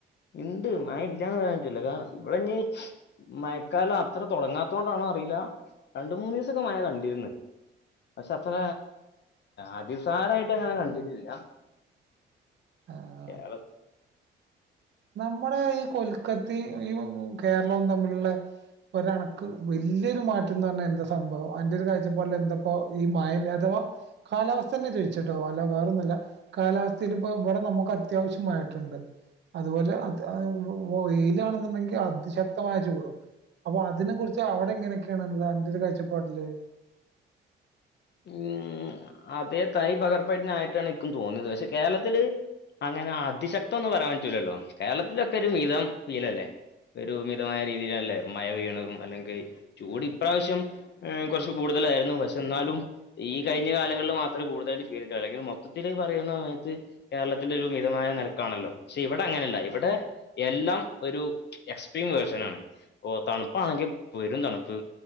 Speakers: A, on the left; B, on the right.
A: ഇണ്ട് മഴ ഇല്ലന്ന് പറയാൻ പറ്റൂല കാരണം ഇവിടെഞ്ഞി മഴക്കാലം അത്ര തുടങ്ങാത്തത കൊണ്ടാണോ അറിയില്ല രണ്ട് മൂന്ന് ദിവസൊക്കെ മഴ കണ്ടിരിന്ന് പക്ഷെ അത്ര അതിസാരയിട്ട് അങ്ങനെ കണ്ടിട്ടില്ല
B: ആഹ്
A: കേരള
B: നമ്മുടെ ഈ കൊൽക്കത്തയും ഈ കേരളവും തമ്മിലുള്ള ഒരണക്ക് വലിയൊരു മാറ്റം എന്ന് പറഞ്ഞാ എന്താ സംഭവം അന്റെ ഒരു കാഴ്ചപ്പാടിൽ എന്താപ്പോ ഈ മഴ ഇല്ലാ അധവാ കാലാവസ്ഥ തന്നെ ജയിച്ചിട്ടോ അല്ല വേറൊന്നല്ല കാലാവസ്ഥൽ ഇപ്പോ ഇവിടെ നമുക്ക് അത്യാവശ്യം മഴ കിട്ടണണ്ട് അതുപോലെ അത് വൊയിലാണെന്നുണ്ടെങ്കിൽ അത് ശക്തി വ്യക്തമായച്ച കൂടും അപ്പൊ അതിനെ കുറിച്ച് അവിടെ എങ്ങനെയൊക്കെയാണുള്ള അന്റൊരു കാഴ്ചപ്പാടില്
A: ഉം അതേ തൈ പകർപ്പടിനായിട്ടാണിക്കും തോന്നിയത് പക്ഷെ കേരളത്തില് അങ്ങനെ അതിശക്തം ഒന്നും പറയാൻ പറ്റൂല്ലല്ലോ കേരളത്തിലൊക്കെ ഒരു മിതം ഫീലല്ലേ ഒരുമിതമായ രീതിയിലല്ലേ മഴ പെയ്യ്ണതും അല്ലെങ്കിൽ ചൂട് ഇപ്രാവശ്യം കുറച്ചു കൂടുതലായിരുന്നു പക്ഷെ ന്നാലും ഈ കഴിഞ്ഞ കാലങ്ങളിൽ മാത്രമേ കൂടുതായിട്ടും ഫീരിട്ടുക അല്ലെങ്കിൽ മൊത്തിത്തില് പറയുന്ന സമയത്ത് കേരളത്തിൻ്റെ ഒരു മിതമായ നിരക്കാണല്ലോ പക്ഷെ ഇവിടെ അങ്ങനെയല്ല ഇവടെ എല്ലാം ഒരു എക്സ്ട്രീം വേർഷൻ ആണ് ഓ തണുപ്പാണെങ്കിൽ പെരും തണുപ്പ്